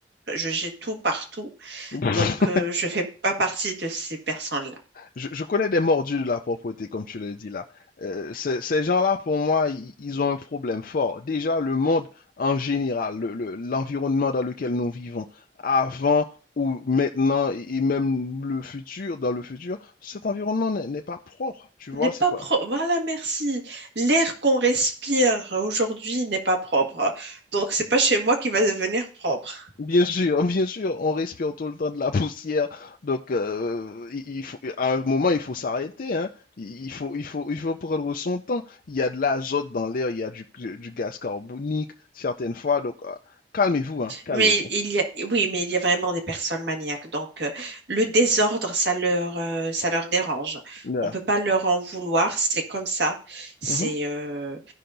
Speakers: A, on the right; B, on the left.
A: je jette tout partout,
B: <laughs>
A: donc euh, je fais pas partie de ces personnes-là.
B: je, je connais des mordus de la propreté, comme tu le dis là. Euh, ces ces gens-là, pour moi, ils, ils ont un problème fort. Déjà, le monde en général, le- le- l'environnement dans lequel nous vivons, avant ou maintenant, et et même le futur, dans le futur, cet environnement n'est n'est pas propre. Tu vois,
A: N'est pas
B: c'est pas,
A: propre. Voilà, merci. L'air qu'on respire aujourd'hui n'est pas propre. Donc, c'est pas chez moi qui va devenir propre.
B: Bien sûr, <laughs> bien sûr, on respire tout le temps de la poussière, donc euh, il il faut, à un moment il faut s'arrêter, hein. Il il faut, il faut, il faut prendre son temps. Il y a de l'azote dans l'air, il y a du, du gaz carbonique certaines fois, donc euh, calmez-vous, hein, calmez-vous.
A: Mais il y a, oui, mais il y a vraiment des personnes maniaques. Donc, euh, le désordre, ça leur, euh, ça leur dérange.
B: Voilà.
A: On peut pas leur en vouloir. C'est comme ça. C'est,
B: Mhm.
A: euh,